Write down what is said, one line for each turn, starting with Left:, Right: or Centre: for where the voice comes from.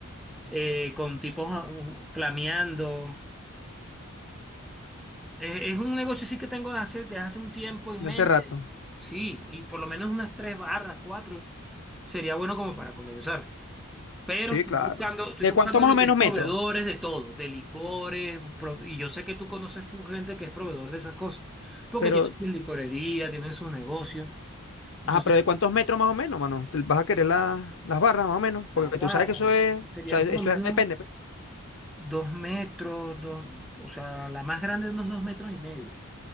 Centre: eh, con tipos ah, flameando. Eh, Es un negocio sí que tengo desde hace, desde hace un tiempo en
Left: de
Centre: mente.
Left: hace rato.
Centre: Sí, y por lo menos unas tres barras, cuatro, sería bueno como para comenzar. Pero
Left: Sí,
Centre: estoy
Left: claro.
Centre: buscando, estoy
Left: ¿De
Centre: buscando
Left: cuánto más
Centre: lo
Left: o
Centre: que
Left: menos
Centre: es
Left: metro?
Centre: proveedores de todo, de licores, pro- y yo sé que tú conoces fu- gente que es proveedor de esas cosas, porque
Left: Pero
Centre: tienen su licorería, tienen sus negocios. Entonces,
Left: Ajá, pero ¿de cuántos metros más o menos, mano? ¿Te ¿Vas a querer la- las barras más o menos?
Centre: la
Left: Porque
Centre: barra
Left: tú sabes que eso es, o
Centre: serían
Left: sea, eso
Centre: por lo menos
Left: es- depende, pues.
Centre: dos metros, dos, o sea, la más grande unos dos metros y medio.